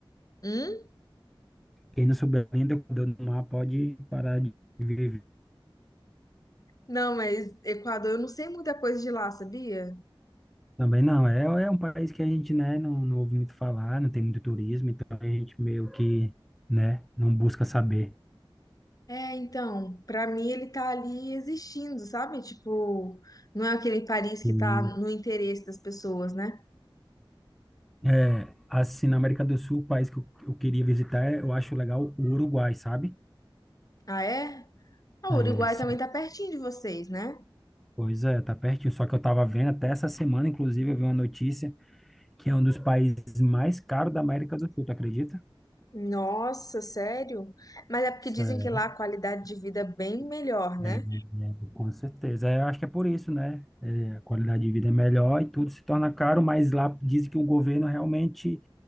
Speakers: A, on the left (about 40°); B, in the centre.
A: Hum?
B: Quem não souber a linha do Equador no mar, pode parar de viver.
A: Não, mas Equador, eu não sei muita coisa de lá, sabia?
B: Também não. É, é um país que a gente, né, não, não ouve muito falar, não tem muito turismo, então a gente meio que, né, não busca saber.
A: É, então, pra mim ele tá ali existindo, sabe? Tipo, não é aquele Paris que
B: Sim.
A: tá no interesse das pessoas, né?
B: É, assim, na América do Sul, o país que eu, eu queria visitar, eu acho legal o Uruguai, sabe?
A: Ah, é? Ah, o
B: É,
A: Uruguai
B: só-
A: também tá pertinho de vocês, né?
B: pois é, tá pertinho. Só que eu tava vendo até essa semana, inclusive, eu vi uma notícia que é um dos países mais caros da América do Sul, tu acredita?
A: Nossa, sério? Mas é porque
B: Sério,
A: dizem que lá a qualidade de vida é bem melhor, né?
B: é, é, com certeza. É, Eu acho que é por isso, né? É, a qualidade de vida é melhor e tudo se torna caro, mas lá dizem que o governo realmente